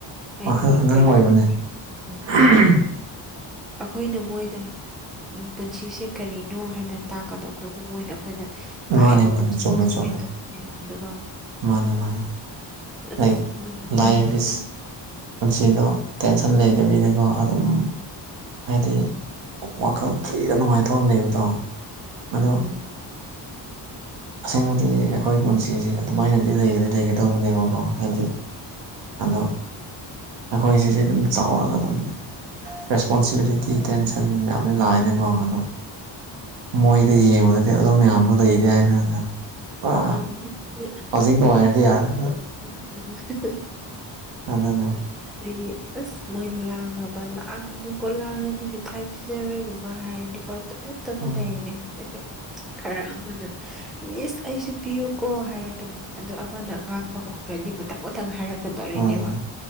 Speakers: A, in the centre; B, on the right.
A: ꯍꯥꯏꯗꯤ
B: ꯋꯥꯈꯜ
A: ꯀꯔꯤ
B: <unintelligible>
A: ꯎꯝ, ꯑꯩꯈꯣꯏꯅ ꯃꯣꯏꯗ ꯎꯝ ꯄꯨꯟꯁꯤꯁꯦ ꯀꯔꯤꯅꯣ ꯍꯥꯏꯅ ꯇꯥꯛꯀꯗꯧꯕꯗꯣ ꯃꯣꯏꯅ ꯑꯃꯨꯛ ꯑꯩꯈꯣꯏꯗ ꯇꯥꯛꯑꯦꯀꯣ
B: ꯃꯥꯅꯦ ꯃꯥꯅꯦ
A: ꯄꯨꯟꯁꯤꯁ‌ꯦ
B: ꯆꯨꯝꯃꯦ
A: ꯁꯨꯃꯥꯏꯅ
B: ꯆꯨꯝꯃꯦ
A: ꯇꯧꯕꯅꯦ ꯍꯥꯏꯕꯗꫭꯀꫭ
B: ꯃꯥꯅꯦ ꯃꯥꯅꯦ
A: ꯑꯁ
B: ꯂꯥꯏꯛ
A: ꯅꯨꯡꯉꯥꯏꯕꯅꯦ
B: ꯂꯥꯏꯐ
A: ꯃꯣꯏꯒ
B: ꯏꯁ ꯄꯨꯟꯁꯤꯗꯣ ꯇꯦꯟꯁꯟ ꯂꯩꯇꯕꯤꯗꯀꯣ ꯑꯗꯨꯝ ꯍꯥꯏꯗꯤ ꯋꯥꯈꯜ ꯐ꯭ꯔꯤꯗ ꯅꯨꯡꯉꯥꯏꯊꫭꯛꯅ ꯂꯩꯕꯗꯣ
A: ꯎꯝ
B: ꯑꯗꯣ ꯑꯁ‌ꯦꯡꯕꯗꯤ ꯑꯩꯈꯣꯏ ꯄꯨꯟꯁꯤꯁꯦ ꯑꯗꯨꯃꯥꯏꯅꯗꯤ ꯂꯩꯒꯗꯤ ꯂꯩꯒꯗꯧꯕꯅꯦꯕꯀꯣ ꯍꯥꯏꯗꯤ ꯑꯗꯣ ꯑꯩꯈꯣꯏꯁꯤꯗꯤ ꯑꯗꯨꯝ ꯆꯥꯎꯔꯒ ꯑꯗꯨꯝ ꯔꯦꯁꯄꯣꯟꯁꯤꯕꯤꯂꯤꯇꯤ ꯇꯦꯟꯁꯟ ꯃꯌꯥꯝꯅ ꯂꯥꯛꯑꯅ ꯀꯣ ꯑꯗꯨꯝ ꯃꯣꯏꯗ ꯌꯦꯡꯕꯗꯗꯤ ꯑꯗꯨ ꯃꯌꯥꯝꯗꯨꯗꯤ ꯍꯥꯏꯅꯅ ꯄꯨꯔꯥ
A: ꯎꯝ ꯃꯣꯏꯗꯤ
B: ꯍꯧꯖꯤꯛ ꯅꯨꯡꯉꯥꯏꯔꯗꯤ ꯌꯥꯔꯦ
A: ꯐꯣꯁ <unintelligible>
B: ꯑꯗꯨꯅꯦ
A: ꯑꯗꯨꯒꯤ ꯑꯁ ꯃꯣꯏ ꯂꯥꯡꯉꯕ ꯂꯥꯡꯒꯅꯨꯀꯣ ꯂꯥꯡꯉꯗꯤ ꯃꯤꯊꯥꯏ ꯄꯤꯖꯔꯣꯏꯒꯨꯝꯕ ꯍꯥꯏꯔꯗꯤ ꯍꯣꯏ ꯇꯨꯃꯤꯟ <unintelligible> ꯇꯨꯃꯤꯟ
B: ꯎꯝ
A: ꯂꯩꯒꯅꯤ ꯑꯗꯨꯒ ꯈꯔ ꯑꯃꯅ ꯃꯤꯁ ꯑꯩꯁꯨ ꯄꯤꯌꯨꯀꯣ ꯍꯥꯏꯔꯛ ꯀꯅꯤ ꯑꯗꯣ ꯑꯃꯅ ꯑꯉꯥꯡꯕ ꯍꯧꯈ꯭ꯔꯗꯤ ꯃꯊꯪ ꯃꯊꯪ ꯍꯥꯏꯔꯛ ꯗꯔꯤꯅꯦꯕ
B: ꯍꯣꯏ